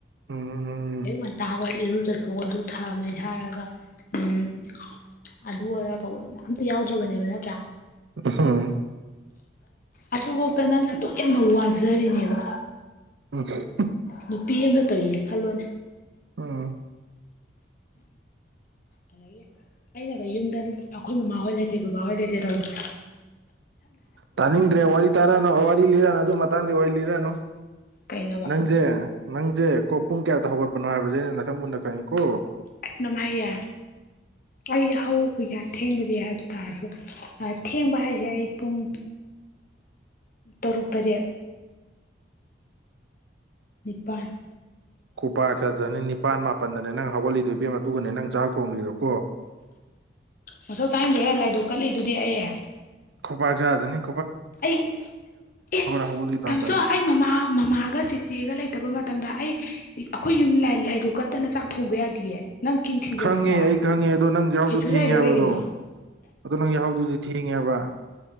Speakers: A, on the right; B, on the left.
A: ꯎꯝ ꯎꯝ
B: ꯑꯌꯨꯛ ꯉꯟꯇꯥ ꯍꯧꯒꯠ ꯏꯔꯨ ꯆꯠꯐꯣꯛ ꯑꯗꯨ ꯊꯥꯃꯦꯩ ꯍꯥꯏꯔꯒ ꯎꯝ ꯑꯗꯨ ꯑꯗꯥ ꯇꯧꯕ ꯑꯝꯇ ꯌꯥꯎꯗ꯭ꯔꯕꯅꯦꯕ ꯅꯠꯇ꯭ꯔꯥ
A: ꯎꯝ
B: ꯑꯗꯨꯐꯧꯗ ꯅꯪ ꯑꯗꯨꯛ ꯌꯥꯝꯅ ꯋꯥꯖꯔꯤꯅꯦꯕ
A: ꯎꯝ
B: ꯅꯨꯄꯤ ꯑꯃꯗ ꯇꯧꯔꯤꯁꯦ ꯈꯜꯂꯣꯅꯦ
A: ꯎꯝ
B: ꯑꯗꯒꯤ ꯑꯩꯅꯒ ꯌꯨꯝꯗ ꯑꯩꯈꯣꯏ ꯃꯃꯥꯍꯣꯏ ꯂꯩꯇꯦ ꯕꯕꯥꯍꯣꯏ ꯂꯩꯇꯦ ꯇꯧꯕꯗ
A: ꯇꯅꯤꯡꯗ꯭ꯔꯦ ꯋꯥꯔꯤ ꯇꯔ ꯋꯥꯔꯤ ꯂꯤꯔ ꯅ ꯑꯗꯨ ꯃꯇꯥꯡꯗꯤ ꯑꯣꯏꯏ ꯂꯤꯔꯅꯨ
B: ꯀꯩꯅꯣꯕ
A: ꯅꯪꯁꯦ ꯅꯪꯁꯦ ꯀꯣ ꯄꯨꯡ ꯀꯌꯥꯗ ꯍꯧꯒꯠꯄꯅꯣ ꯍꯥꯏꯕꯁꯦ ꯑꯩꯅ ꯅꯊꯪ ꯃꯨꯟꯅ ꯈꯪꯉꯤꯀꯣ
B: ꯑꯦꯅꯃꯥꯏꯦ ꯑꯩ ꯌꯥꯍꯧ ꯀꯩ ꯀꯥ ꯊꯦꯡꯕꯗꯤ ꯍꯥꯏ ꯑꯗꯨ ꯇꯥꯔꯁꯨ ꯊꯦꯡꯕ ꯍꯥꯏꯁꯦ ꯑꯩ ꯄꯨꯡ
A: <unintelligible>
B: ꯇꯔꯨꯛ ꯇꯔꯦꯠ ꯅꯤꯄꯥꯥꯟ
A: ꯈꯨꯄꯥꯛ ꯆꯥꯖꯅꯤ ꯅꯤꯄꯟ ꯃꯥ ꯃꯥꯄꯟꯗꯅꯦ ꯅꯪ ꯍꯧꯒꯠꯂꯤꯗꯣ ꯏꯕꯦꯝꯃꯥ ꯑꯗꯨꯒꯅꯦ ꯅꯪ ꯆꯥꯛ ꯊꯣꯡꯒꯔ꯭ꯤꯗꯣ ꯀꯣ
B: ꯃꯊꯧ ꯇꯥꯏꯅꯤꯡꯗꯦꯍꯦ ꯂꯥꯏ ꯗꯨꯛ ꯀꯠꯂꯤꯗꯨꯗꯤ ꯑꯩ
A: ꯈꯨꯄꯛ ꯆꯖꯅꯤ
B: ꯑꯩ ꯑꯦ
A: ꯍꯧꯒꯠꯂꯤꯗꯣ
B: ꯇꯝꯆꯧ
A: ꯑꯝꯇ
B: ꯑꯩ ꯃꯃꯥ ꯃꯃꯥꯒ ꯆꯤꯆꯦꯒ ꯂꯩꯇꯕ ꯃꯥ ꯃꯇꯝꯗ ꯑꯩ ꯑꯩꯈꯣꯏ ꯌꯨꯝ ꯂꯥꯏꯗꯨꯛ ꯀꯠꯇꯅ ꯆꯥꯛ ꯊꯣꯡꯕ ꯌꯥꯗꯤꯌꯦ ꯅꯪ ꯀꯤꯟ ꯊꯤꯟꯖꯜꯍꯧꯔꯥ
A: ꯈꯪꯉꯦ ꯑꯩ ꯈꯪꯉꯦ ꯑꯗꯣ ꯅꯪ ꯌꯥꯍꯥꯎꯗꯣ
B: ꯍꯩꯊꯨ
A: ꯊꯦꯡꯉꯦ
B: ꯁꯥꯏꯗꯣ
A: ꯍꯥꯏꯕ
B: ꯀꯩꯒꯤꯅꯣ
A: ꯑꯗꯣ ꯑꯗꯣ ꯅꯪ ꯌꯥꯍꯧꯗꯨꯗꯤ ꯊꯦꯡꯒꯦ ꯍꯥꯏꯕꯥ